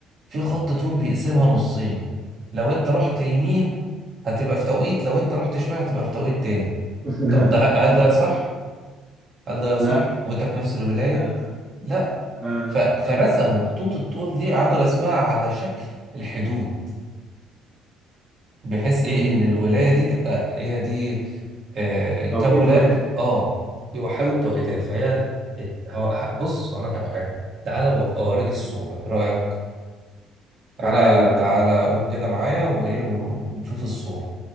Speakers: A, on the right (about 40°); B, on the right (about 20°).
A: في خط طول بيقسمها نصين لو انت رحت يمين هتبقى في توقيت لو انت رحت شمال هتبقى في توقيت تاني
B: <laughs>
A: طب ده هل ده صح هل ده يصح
B: لا
A: وانت في نفس الولايه
B: لا لا
A: لا
B: لا لا.
A: ف... فرسموا خطوط الطول دي قعدوا رسمها على شكل الحدود بحيث
B: مم.
A: ايه ان الولايه دي تبقى هي دي آه كام
B: توقيت
A: ولايه
B: واحد
A: اللي فوق اه يوحدوا التوقيتات فهي ات- هو- ه- بص هقول لك على حاجه تعالى وأبقى اوريك
B: مم.
A: الصوره ايه رايك تعالى
B: تعالى
A: تعالى قوم كده معايا وايه ونشوف الصوره